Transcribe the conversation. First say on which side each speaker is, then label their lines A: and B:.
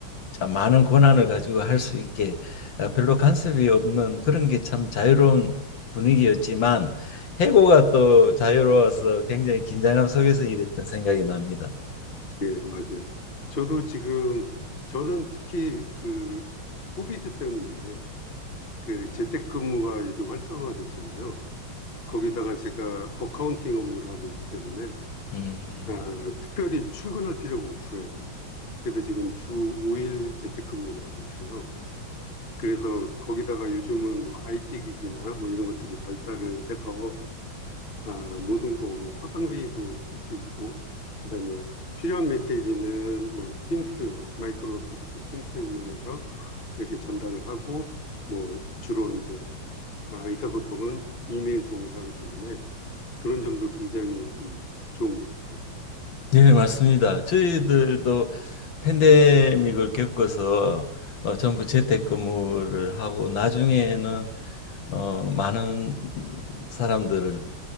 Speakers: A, on the left; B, on the left.
A: 많은 권한을 가지고 할 수 있게 아, 별로 간섭이 없는 그런 게 참 자유로운 분위기였지만 해고가 또 자유로워서 굉장히 긴장감 속에서 일했던 생각이 납니다.
B: 예, 맞아요. 저도 지금, 저는 특히 그, 코비드 때문에 그 재택근무가 요즘 활성화됐잖아요. 거기다가 제가 어카운팅 업무를 하고 있기 때문에,
A: 음,
B: 아, 특별히 출근할 필요가 없어요. 그래서 지금 주 5일 재택근무를 하고 있어요. 그래서 거기다가 요즘은 뭐 IT 기기나 뭐 이런 것들이 발달을 해서 아, 모든 거, 뭐, 화상회의도 할 수 있고, 그 다음에 필요한 메시지는 뭐, 팀스, 마이크로소프트 팀스 이용해서 이렇게 전달을 하고, 뭐, 주로 이제, 아, 의사소통은 이메일 통해서 하기 때문에 그런 점도 굉장히 좀 좋은 것 같아요.
A: 네, 맞습니다. 저희들도 팬데믹을 겪어서 어, 전부 재택근무를 하고 나중에는 어, 많은 사람들을